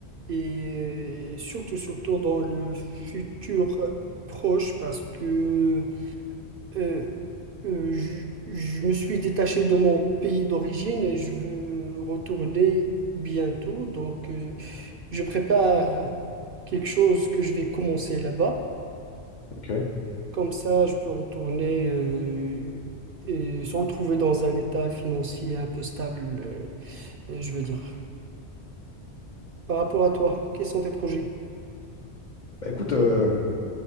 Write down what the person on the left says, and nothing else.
Ok.
Bah, écoute, euh,